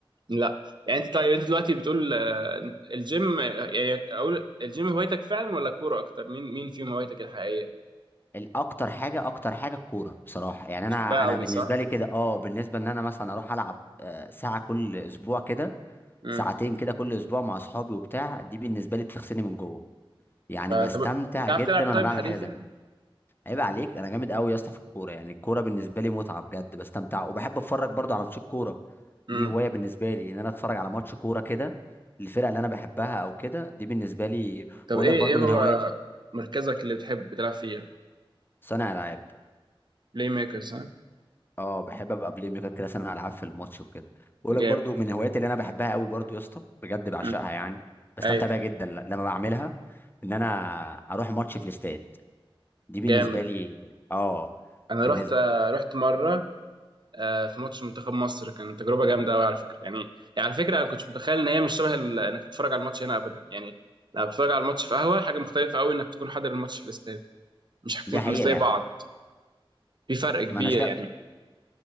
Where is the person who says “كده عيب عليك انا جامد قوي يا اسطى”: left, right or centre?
Left